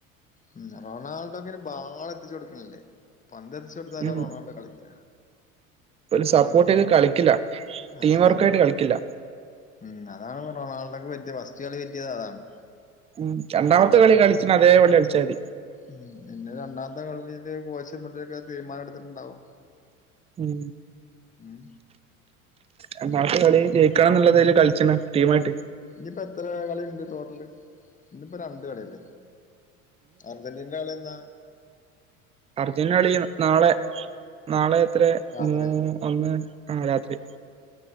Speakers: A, on the left (about 20°); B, on the right (about 15°).
A: ഉം റൊണാൾഡോക്കെനെ ബാളു എത്തിച്ചു കൊടുക്കണല്ലേ പന്ത് എത്തിച്ചു ടുത്താല
B: ഉം
A: റൊണാൾഡോ കളിക്ക
B: ഓല് സപ്പോർട്ട്
A: അതാ ചെയ്യണ്
B: ചെയ്ത് കളിക്കില്ല
A: ആ
B: ടീം
A: അതാണ്
B: വർക്കായിട്ട് കളിക്കില്ല
A: ഉം അതാണ് ഇ റൊണാൾഡോ ഒക്കെ പറ്റിയത് ഫസ്റ്റ് കളി പറ്റിയത് അതാണ്
B: ഉം രണ്ടാമത്തെ
A: പിന്നെ
B: കളി
A: ഇപ്പൊ
B: കളിച്ച അതേ പോലെ കളിച്ചാ മതി
A: ഉം പിന്നെ രണ്ടാമത്തെ കളിയില് കോശട്ടൊക്കെ തീരുമാനം എടുത്തിട്ടുണ്ടാവും
B: ഉം
A: ഉം
B: രണ്ടാമത്തെ
A: എന്നിട്ടെന്താ
B: കളി ജയിക്കണം ന്നുള്ളതില് കളിച്ചണ് ടീമായിട്ട്
A: നിപ്പോ എത്ര കളിണ്ട് ടോട്ടല് ഇന്നിപ്പോ രണ്ട് കളിയല്ലേ അർജന്റീനേടെ കളിയെന്നാ
B: അർജന്റീനേടേ കളി നാളെ നാളെ എത്ര
A: രാത്രി
B: മൂ- ഒന്ന് ആഹ് രാത്രി